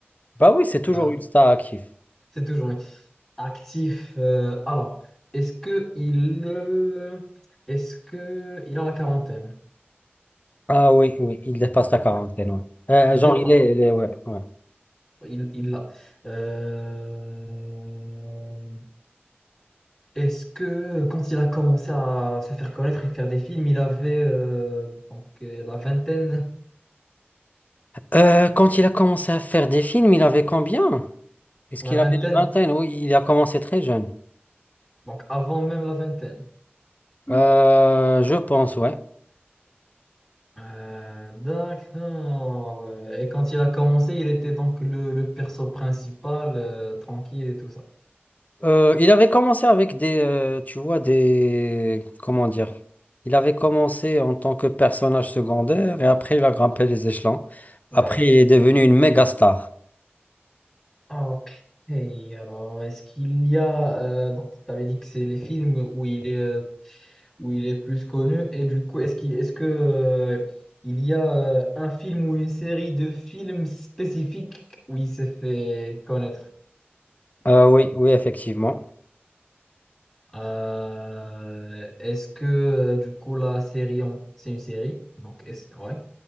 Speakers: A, on the left; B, on the left.
A: bah oui, c'est toujours
B: Euh,
A: une star active.
B: c'est toujours lui. actif. euh, alors, est-ce que il, euh, est-ce que il a la quarantaine?
A: Ah oui, oui, il dépasse la quarantaine,
B: Là.
A: ouais. Euh,
B: Il
A: genre,
B: n'est
A: il
B: pas
A: est, il est- ouais, ouais.
B: Il, il l'a. Euh, est-ce que quand il a commencé à se faire connaître et faire des films, il avait euh, donc euh, la vingtaine,
A: Euh, quand il a commencé à faire des films, il avait combien? Est-ce
B: la
A: qu'il
B: vingtaine,
A: avait une vingtaine? Oui, il a commencé très jeune.
B: donc avant même la vingtaine.
A: Euh, je pense, ouais.
B: Euh, d'accord. Et quand il a commencé, il était donc le, le perso principal, euh, tranquille et tout ça.
A: Euh, il avait commencé avec des, euh, tu vois, des, comment dire? Il avait commencé en tant que personnage secondaire et après il a grimpé les échelons. Après,
B: D'accord.
A: il est devenu une méga star.
B: Ah, ok. Et alors, est-ce qu'il y a... euh, donc, tu avais dit que c'est les films où il est, euh, où il est plus connu. Et du coup, est-ce qu'il, est-ce que, euh, il y a euh, un film ou une série de films spécifiques où il s'est fait connaître?
A: Euh, oui, oui, effectivement.
B: Euh, est-ce que, euh, du coup, la série, en- c'est une série? Donc, est-ce... Ouais,